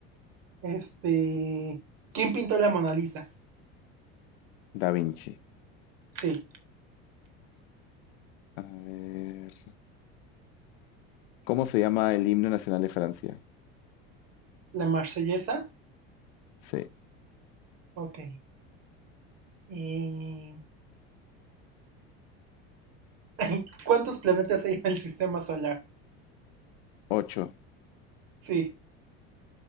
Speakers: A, on the right; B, on the left.
A: este... ¿Quién pintó la Mona Lisa?
B: Da Vinci.
A: Sí,
B: A ver. ¿Cómo se llama el himno nacional de Francia?
A: la Marsellesa.
B: Sí,
A: Ok. eh, <laughs> ¿Cuántos planetas hay en el sistema solar?
B: 8.
A: Sí,